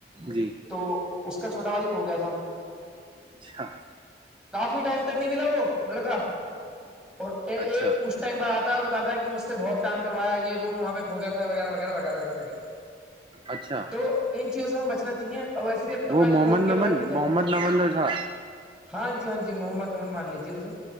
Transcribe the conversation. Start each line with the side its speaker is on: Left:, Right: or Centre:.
Right: جی
Centre: تو اس کا چھوٹا بھائی کھو گیا تھا
Right: اچھا
Centre: کافی ٹائم تک نہیں ملا وہ لڑکا اور ایک
Right: اچھا
Centre: کچھ ٹائم بعد آتا ہے اور بتاتا ہے کہ مجھ سے بہت کام کرایا یہ وہ وہاں پہ ہو گیا تھا ہے وغیرہ وغیرہ وغیرہ وغہ وغیرہ
Right: اچھا
Centre: تو ان چیزوں سے ہم بچنا چاہیے اور ویسے بھی اب تو
Right: وہ
Centre: کئی
Right: محمد
Centre: فون کی ایڈوانٹیج
Right: نمن
Centre: ہے
Right: محمد نمن جو تھا
Centre: ہاں جی ہاں جی محمد مان لیجیے اسے